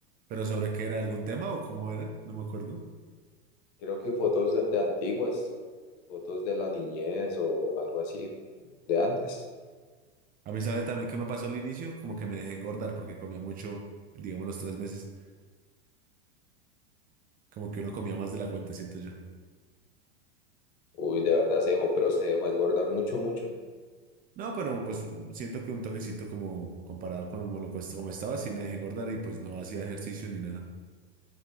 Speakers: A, on the right (about 30°); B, on the left (about 50°).
A: ¿Pero sobre qué era? ¿Algún tema o cómo era? No me acuerdo.
B: Creo que fotos de, de antiguas, fotos de la niñez o algo así de antes.
A: A mí, ¿sabe también qué me pasó al inicio? Como que me dejé engordar porque comía mucho, digamos, los tres meses. Como que uno comía más de la cuenta, siento yo.
B: Uy, de verdad se dejó, pero se dejó engordar mucho, mucho.
A: No, pero pues siento que un toquecito como comparado con como lo que como estaba, sí me dejé engordar y pues no hacía ejercicio ni nada.